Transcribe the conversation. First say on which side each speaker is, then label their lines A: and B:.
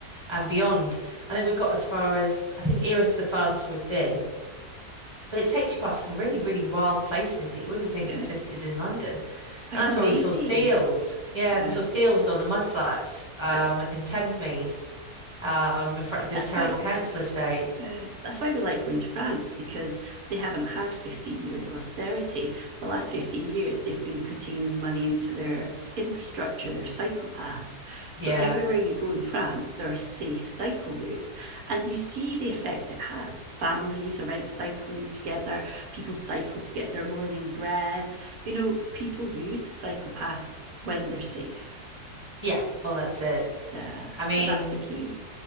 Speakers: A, on the right; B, on the right.
A: and beyond. I think we got as far as, I think Erith's the farthest we've been But it takes you past some really, really wild places that you wouldn't think
B: yeah.
A: existed in London.
B: Oh,
A: And
B: it's
A: that's
B: amazing.
A: where we saw seals. Yeah,
B: Yeah,
A: we saw seals on the mudflats um,
B: yeah.
A: in Thamesmead um, in front of this
B: That's
A: terrible
B: why
A: council estate.
B: Uh, that's why we like going to France because they haven't had 15 years of austerity. The last 15 years, they've been putting money into their infrastructure, their cycle paths.
A: Yeah,
B: So everywhere you go in France, there are safe cycle routes. And you see the effect it has. Families are out cycling together, people cycle to get their morning bread. You know, people use the cycle paths when they're safe.
A: yeah, well, that's it.
B: Yeah.
A: I mean,
B: But that's the key.